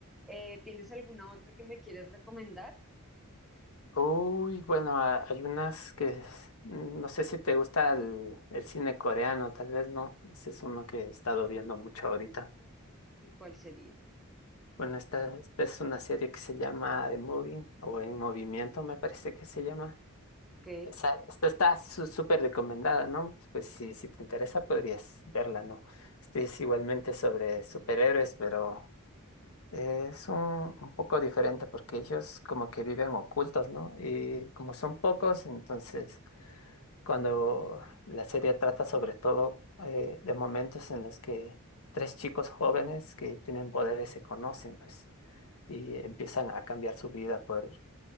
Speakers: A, in the centre; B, on the left.
A: eh, ¿tienes alguna otra que me quieres recomendar?
B: Uy, bueno, a- hay unas que es- mm, no sé si te gusta el, el cine coreano, tal vez no. Ese es uno que he estado viendo mucho ahorita.
A: ¿Y cuál sería?
B: Bueno, esta, esta es una serie que se llama The Moving o En Movimiento, me parece que se llama.
A: Ok,
B: Esa- esta está su- súper recomendada, ¿no? Pues si, si te interesa podrías verla, ¿no? Este es igualmente sobre superhéroes, pero es un, un poco diferente porque ellos como que viven ocultos, ¿no? Y como son pocos, entonces cuando la serie trata sobre todo eh, de momentos en los que tres chicos jóvenes que tienen poderes se conocen, pues, y empiezan a cambiar su vida por